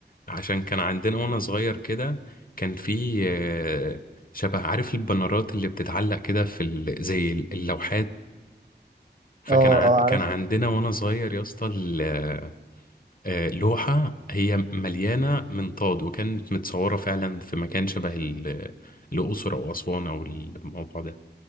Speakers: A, on the left; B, on the right.
A: عشان كان عندنا وانا صغير كده كان في آه، شبه عارف البنرات اللي بتتعلق كده في ال... زي اللوحات فكان
B: اه
A: ع...
B: اه
A: كان
B: عارف
A: عندنا وانا صغير يا اسطى ال- آه، لوحة هي مليانة منطاد وكانت متصورة فعلا في مكان شبه ال- الأقصر أو أسوان أو الموضوع ده